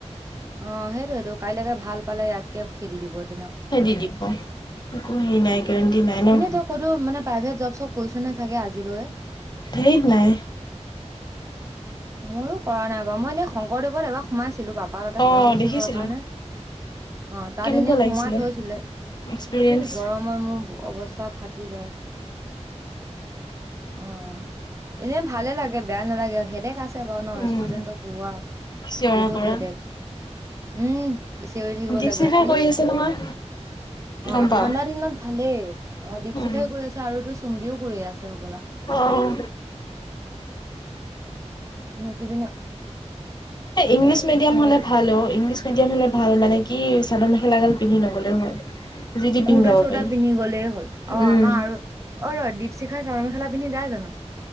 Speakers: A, on the right; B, on the left.
A: অ সেইটোয়েটো কাইলৈকে ভাল পালে কে খেদি দিব এনেকে
B: খেদি দিব একো হেৰি নাই গেৰান্ডি নাই ন
A: এনেই তই ক'তো মানে প্ৰাইভেট জব চব কৰিছো নে চাগে আজিলৈ
B: ধেইত নাই।
A: মইয়ো কৰা নাই বাৰু মই এনেই শংকৰদেৱত এবাৰ সোমাইছিলো পাপা তাতে
B: অ
A: সভাপতি
B: দেখিছিলো
A: হোৱা কাৰণে অ তাত
B: কেনেকুৱা
A: এনেই
B: লাগিছিলে
A: সোমাই থৈছিলে
B: এক্সপিৰিয়েঞ্চ
A: সেই গৰমৰ মোৰ অৱস্থা ফাটি যায়। অ এনে ভালে লাগে বেয়া নালাগে সেদে কাচ বাও ন
B: উম
A: ষ্টুডেন্টক পঢ়োৱা
B: চিঞৰা
A: বহুত
B: কৰা
A: হেদেক উম চিঞৰি থাকিব
B: দীপশিখাই
A: লাগে খালি
B: কৰি আছে নহয়
A: অ
B: গম পাও
A: ঠাণ্ডা দিনত ভালেই অ দীপশিখাই
B: উম
A: গৈ আছে আৰু তোৰ চুম্বিও কৰি আছে হ'বলা
B: অহ
A: মোৰ কি জানা
B: সেই ইংলিছ মিডিয়াম হলে
A: নাপাও
B: ভাল অ ইংলিছ তেতিয়া মানে ভাল মানে কি চাদৰ মেখেলা গাল পিন্ধি নগলেও হয়। যি টি
A: কুৰ্তা
B: পিন্ধি যাব
A: চুৰ্তা
B: পাৰি
A: পিন্ধি গলেই হ'ল অ
B: উম
A: আমাৰ আৰু অ ৰ দিপশি শিখাই চাদৰ মেখেলা পিন্ধি যায় জানো